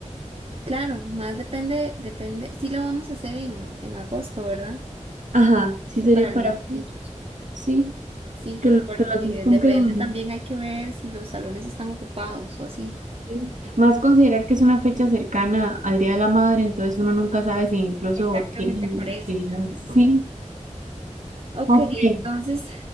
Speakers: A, on the right; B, on the right.
A: Claro, más depende, depende, sí lo vamos a hacer en, en agosto, ¿verdad?
B: Ajá, sí
A: Eso
B: sería
A: para el
B: para...
A: mes de ellos.
B: Sí.
A: Sí,
B: que, lo-
A: porque
B: que los días cumplen.
A: depende también, hay que ver si los salones están ocupados o así.
B: ¿sí? Más considerar que es una fecha cercana al Día de la Madre, entonces uno nunca sabe si incluso
A: Exactamente
B: tienen
A: por
B: actividades.
A: eso. Ujú.
B: Sí,
A: Ok,
B: ok.
A: entonces